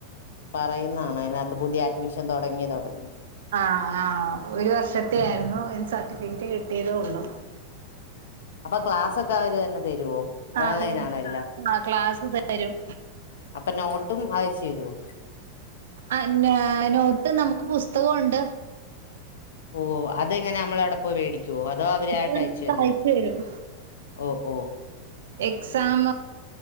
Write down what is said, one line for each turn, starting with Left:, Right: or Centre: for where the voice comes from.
Left: പറയുന്നതാണ് അതിനകത്ത് പുതിയ അഡ്മിഷൻ തുടങ്ങി തുടങ്ങി
Right: ആഹ് ആഹ് ഒരു വർഷത്തെ ആയിരുന്നു അതിന് സർട്ടിഫിക്കറ്റ് കിട്ടിയതേ ഉള്ളൂ
Left: അപ്പൊ ക്ലാസ് ഒക്കെ അവര് തന്നെ തരുവോ
Right: ആഹ്
Left: ഓൺലൈൻ
Right: ക്ലാസ്
Left: ആണോ എല്ലാം
Right: ആഹ് ക്ലാസ് തരും
Left: അപ്പൊ നോട്ടും അയച്ചു തരുവോ
Right: അന്നാ നോട്ട് നമുക്ക് പുസ്തകമുണ്ട്
Left: ഓ അതെങ്ങനെ നമ്മള അവിടെ പോയി മേടിക്കുവോ അതോ അവരായിട്ട്
Right: പുസ്തകം
Left: അയച്ചു
Right: നമുക്ക്
Left: തന്നു
Right: അയച്ചു തരും
Left: ഓ ഓ
Right: എക്സാം